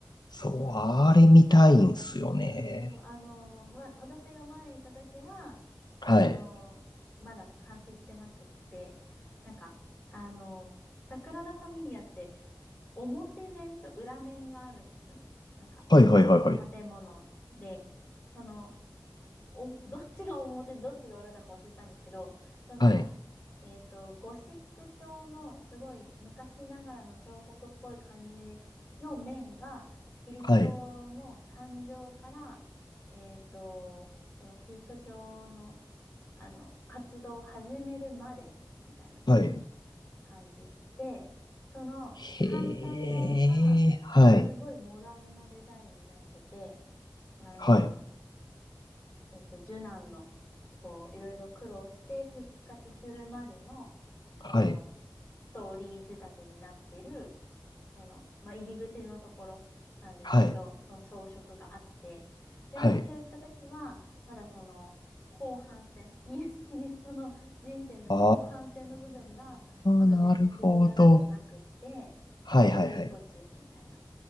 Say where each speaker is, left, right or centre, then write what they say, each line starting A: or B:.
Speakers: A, on the left; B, on the left.
A: そう、あれ見たいんすよね。
B: <laughs> そうそう。あの、ま、私が前に行った時は、あの、
A: はい。
B: まだ完成してなくって、なんか、あの、サグラダ・ファミリアって、表面と裏面があるんですよね。なんか、
A: はいはいはいはい。
B: その建物で、その、お、<laughs> どっちが表、どっちが裏だか忘れたんですけど、その、
A: はい、
B: えっと、ゴシック調のすごい昔ながらの彫刻っぽい感じの面が、キリストの誕生から、
A: はい、
B: えっと、そのキリスト教の、あの、活動を始めるまで、みたいな。
A: はい。
B: 感じ。で、その反対側が、
A: へえ、はい、
B: すごいモダンなデザインになってて、あの、
A: はい、
B: えっと、受難の、こう、いろいろ苦労して復活するまでの、
A: はい、
B: その、ストーリー仕立てになってる、その、まあ、入り口のところなんですけど、
A: はい、
B: その装飾があって、で、
A: はい。
B: 私が行った時は、まだその、後半戦、イエス・キリストの人生の後半戦の部分が、
A: あ
B: まだ全然出来上がってなくって、
A: ー、なるほど。はい、
B: 作り途中みたいな
A: はい、はい。